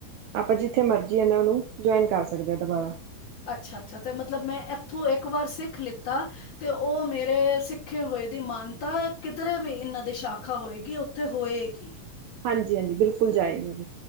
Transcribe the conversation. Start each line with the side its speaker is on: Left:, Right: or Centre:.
Right: ਆਪਾਂ ਜਿੱਥੇ ਮਰਜ਼ੀ ਇਹਨਾਂ ਨੂੰ ਜੁਆਇਨ ਕਰ ਸਕਦੇ ਆ ਦੁਬਾਰਾ
Left: ਅੱਛਾ ਅੱਛਾ ਤੇ ਮਤਲਬ ਮੈਂ ਇਥੋਂ ਇੱਕ ਵਾਰ ਸਿੱਖ ਲਿਤਾ ਤੇ ਉਹ ਮੇਰੇ ਸਿੱਖੇ ਹੋਏ ਦੀ ਮਾਨਤਾ ਕਿਧਰੇ ਵੀ ਇਹਨਾਂ ਦੀ ਸ਼ਾਖਾ ਹੋਏਗੀ ਓਥੇ ਹੋਏਗੀ।
Right: ਹਾਂਜੀ ਹਾਂਜੀ ਹਾਂਜੀ ਬਿਲਕੁਲ ਜਾਏਗੀ ਜੀ।